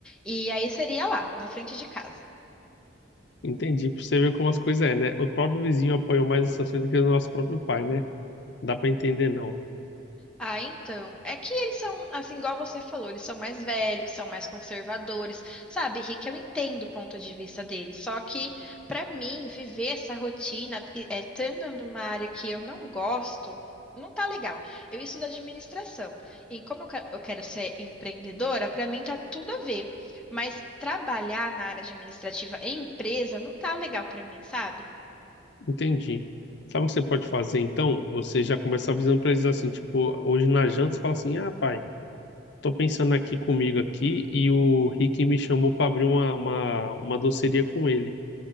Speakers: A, in the centre; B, on the left.
A: E aí seria lá, na frente de casa.
B: Entendi, pra você ver como as coisas é, né? O próprio vizinho apoiou mais essa cena do que o nosso próprio pai, né? Dá pra entender, não.
A: Ah, então. É que eles são, assim, igual você falou, eles são mais velhos, são mais conservadores. Sabe, Rick, eu entendo o ponto de vista deles. Só que, pra mim, viver essa rotina, e- é, estando numa área que eu não gosto, não tá legal. Eu estudo administração. E como eu que- eu quero ser empreendedora, pra mim tá tudo a ver. Mas trabalhar na área administrativa em empresa não tá legal pra mim, sabe?
B: Entendi. Sabe o que você pode fazer, então? Você já começa avisando pra eles assim, tipo, hoje na janta você fala assim, ah, pai, tô pensando aqui comigo aqui e o Rick me chamou pra abrir uma, uma, uma doceria com ele,